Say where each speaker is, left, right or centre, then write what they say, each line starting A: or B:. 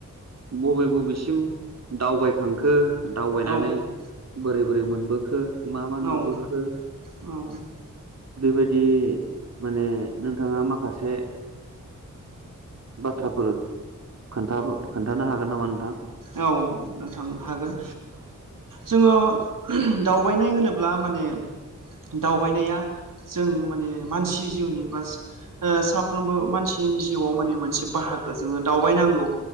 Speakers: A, on the right (about 55°); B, on the right (about 90°).
A: बबे बबेसिम दावबायखांखो दावबायनानै
B: औ
A: बोरै बोरै मोनबोखो मा मा नुबोखो
B: औ औ
A: बेबायदि माने नोंथाङा माखासे बाथ्राफोर खोनथा खोन्थानो हागोन नामा नोंथां
B: औ नोंथां हागोन जोङो दावबायनाय होनोब्ला माने दावबायनाया जों माने मानसि जिउनि बा साफ्रोमबो मानसिनि जिउआव माने मोनसे बाहागो जोङो दावबायनांगौ